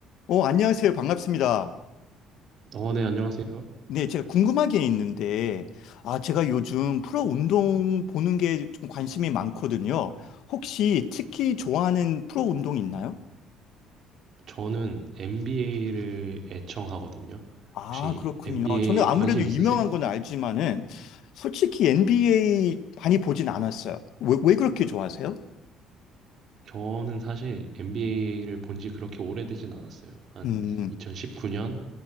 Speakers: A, on the left; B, on the right.
A: 어, 안녕하세요. 반갑습니다.
B: 어, 네, 안녕하세요.
A: 네, 제가 궁금한 게 있는데, 아, 제가 요즘 프로 운동 보는 게 좀 관심이 많거든요. 혹시 특히 좋아하는 프로 운동 있나요?
B: 저는 NBA를 애청하거든요.
A: 아,
B: 혹시
A: 그렇군요.
B: NBA
A: 저는 아무래도
B: 관심
A: 유명한
B: 있으세요?
A: 건 알지만은, 솔직히 NBA 많이 보진 않았어요. 왜, 왜 그렇게 좋아하세요?
B: 저는 사실 NBA를 본지 그렇게 오래되진 않았어요. 한
A: 음,
B: 2019년